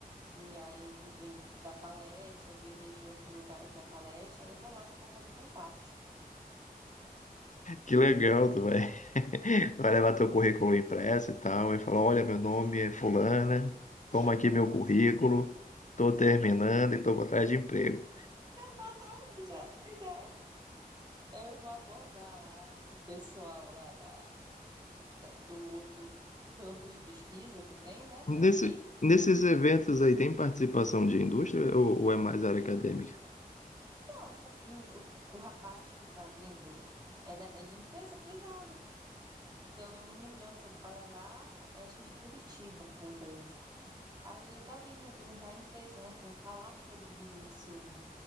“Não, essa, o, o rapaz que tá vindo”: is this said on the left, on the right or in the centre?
Right